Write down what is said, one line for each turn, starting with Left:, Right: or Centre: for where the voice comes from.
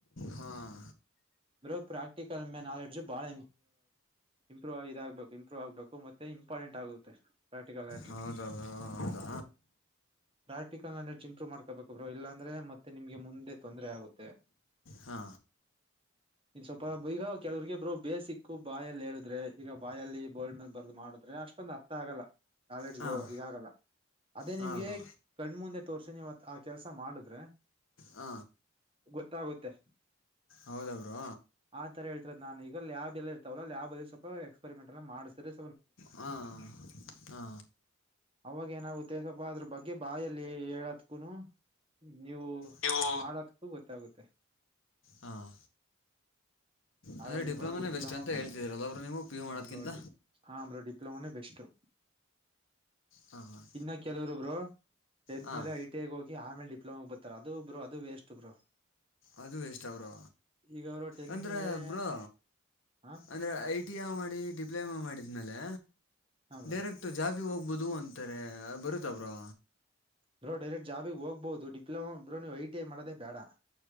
Left: ಹಾಂ
Right: ಬ್ರೋ ಪ್ರಾಕ್ಟಿಕಲ್ ನಾಲೆಡ್ಜು ಬಹಳ ಇಂಪ್ರೂವ್ ಇದಾಗಗ್ಬೇಕು ಇಂಪ್ರೂವ್ ಆಗ್ಬೇಕು ಮತ್ತೆ ಇಂಪಾರ್ಟೆಂಟ್ ಆಗುತ್ತೆ ಪ್ರಾಕ್ಟಿಕಲ್ ನಾಲೆಜ್
Left: ಹೌದಾ ಬ್ರೋ ಹೌದಾ
Right: ಪ್ರಾಕ್ಟಿಕಲ್ ನಾಲೆಜ್ ಇಂಪ್ರೂವ್ ಮಾಡಬೇಕು ಇಲ್ಲ ಮಾತೆ ನಿಮಗೆ ಮುಂದೆ ತೊಂದರೆ ಆಗುತ್ತೆ
Left: ಹಾ
Right: <unintelligible> ಇನ್ ಸ್ವಲ್ಪ ಈಗ ಕೆಲವ್ರರಿಗೆಬ್ರು ಬೇಸಿಕ್ ಬಾಯಲ್ಲಿ ಹೇಳುದ್ರೆ ಈಗ ಬಾಯ ಅಲ್ಲಿ ಬೋಲ್ಡ್ ಮನ್ ಬ ಮಾಡುದ್ರೆ ಅಷ್ಟೊಂದು ಅರ್ಥ ಆಗಲ್ಲ ನಾಲೆಡ್ಜ್
Left: ಹಾಂ
Right: ಇದಾಗಲ್ಲ ಅದೇ
Left: ಹಾಂ
Right: ನಿಮ್ಗೆ
Left: ಬ್ರೋ
Right: ಕಣ್ಮುಂದೆ ತೋರ್ಸಿನಿವತ್ ಆ ಕೆಲ್ಸ ಮಾಡುದ್ರೆ
Left: ಹ
Right: ಗೊತ್ತಾಗುತ್ತೆ
Left: ಹೌದ ಬ್ರೋ
Right: ಆತರ ಹೇಳ್ತರದ ನನ್ ಈಗ ಲ್ಯಾಬ್ ಎಲ್ಲ ಇರ್ತವಲ್ಲ ಲ್ಯಾಬ್ ಅಲ್ಲಿ ಸ್ವಲ್ಪ ಎಕ್ಸಪೆರಿ ಮೆಂಟ್ ಮಾಡ್ತೀರಿ
Left: ಹಾ ಹಾ
Right: ಅವಾಗ ಏನಾಗುತ್ತೆಪ್ಪಾ ಅಂದ್ರೆ ಬಗ್ಗೆ ಬಾಯಲ್ಲಿ ಹೇಳತ್ಕೂನು. ನೀವು
Left: ನೀವು
Right: ಮಾಡದಕ್ಕೂ ಗೊತ್ತಾಗುತ್ತೆ.
Left: ಹಾಂ
Right: ಹಾಗಾಗಿ
Left: ಅಂದರೆ ಡಿಪ್ಲೊಮೊನೇ
Right: ಬ್ರೋ ಡಿಪ್ಲೋಮಾ
Left: ಬೆಸ್ಟ್ ಅಂತ
Right: ಮಾಡಿ
Left: ಹೇಳ್ತಿದ್ದೀರಲ್ಲ ಅವರು ನೀವು ಪಿ ಯು ಮಾಡೋದ್ಕಿಂತ
Right: ಆ ಬ್ರೋ ಡಿ ಹಾ ಬ್ರೋ ಡಿಪ್ಲೊಮಾನೇ ಬೆಸ್ಟು
Left: ಹಾಂ ಹಾಂ
Right: ಇನ್ನ ಕೆಲವರು ಬ್ರೋ. ಟೆಂತ್
Left: ಹಾಂ
Right: ಮೇಲೆ ಐ ಟಿ ಐ ಗೆ ಹೋಗಿ ಆಮೇಲೆ ಡಿಪ್ಲೊಮಾಗ ಬರ್ತಾರೆ ಅದು ಬ್ರೋ ಅದು ವೆಸ್ಟ್ ಬ್ರೋ.
Left: ಅದು ವೇಸ್ಟ್ ಬ್ರೋ
Right: ಈಗ ಅವರು ಟೆಂತ್
Left: ಅಂದ್ರೆ
Right: ಮೇಲೆ
Left: ಬ್ರೋ
Right: ಹ
Left: ಅಂದ್ರೆ ಐ ಟಿ ಐ ಮಾಡಿ ಡಿಪ್ಲೊಮಾ ಮಾಡಿದ ಮೇಲೆ.
Right: ಹಾ ಬ್ರೋ
Left: ಡೈರೆಕ್ಟ್ ಜಾಬಿಗೆ ಹೋಗ್ಬೋದು ಅಂತಾರೆ ಬರುತ್ತ ಬ್ರೋ.
Right: ಬ್ರೋ ಡೈರೆಕ್ಟ್ ಜಾಬಿಗೆ ಹೋಗ್ಬಹುದು ಡಿಪ್ಲೋಮಾ ಬ್ರೋ ನೀವು ಐಟಿಐ ಮಾಡದೇ ಬೇಡ.